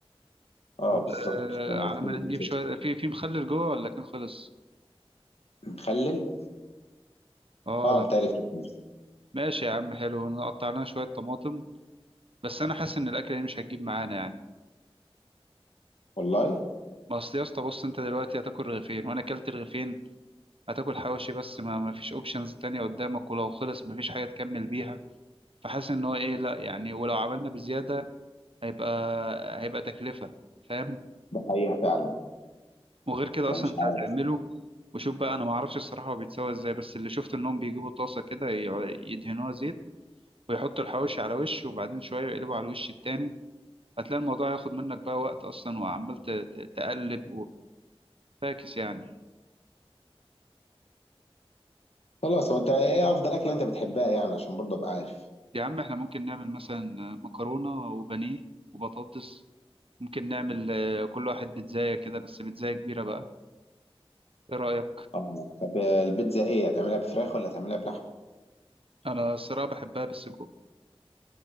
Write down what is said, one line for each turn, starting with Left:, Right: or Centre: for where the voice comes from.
Left: اه
Right: وعلى
Left: بالظبط انا سمعت
Right: ما نجيب
Left: كده.
Right: شوية في في مخلل جوه ولا كان خلص؟
Left: مخلل
Right: اه
Left: اه
Right: لا
Left: متهيألي في الفيلم.
Right: ماشي يا عم حلو نقطع لنا شوية طماطم بس انا حاسس ان الاكلة دي مش هتجيب معانا يعني
Left: والله
Right: ما اصل يا اسطى بص انت دلوقتي هتاكل رغيفين وانا اكلت رغيفين هتاكل حواوشي بس ما ما فيش اوبشنز تانية قدامك ولو خلص ما فيش حاجة تكمل بيها فحاسس ان هو ايه لا يعني ولو عملنا بزيادة هيبقى هيبقى تكلفة فاهم
Left: ده حقيقة فعلا
Right: وغير كده
Left: مش
Right: اصلا انت
Left: عارف
Right: هتعمله وشوف بقى انا ما اعرفش الصراحه هو بيتسوى ازاي بس اللي شفت انهم بيجيبوا طاسه كده ي- يدهنوها زيت ويحطوا الحواوشي على وش وبعدين شويه يقلبوا على الوش التاني هتلاقي الموضوع هياخد منك بقى وقت اصلا وعمال ت- ت- تقلب وفاكس يعني
Left: خلاص هو انت ايه افضل اكلة انت بتحبها يعني عشان برضه ابقى عارف
Right: يا عم احنا ممكن نعمل مثلا مكرونه وبانيه وبطاطس ممكن نعمل آه، كل واحد بيتزاية كده بس بيتزاية كبيرة بقى ايه رأيك
Left: اه طب البيتزا ايه هتعملها بفراخ ولا هتعملها بلحم
Right: انا الصراحة بحبها بالسجق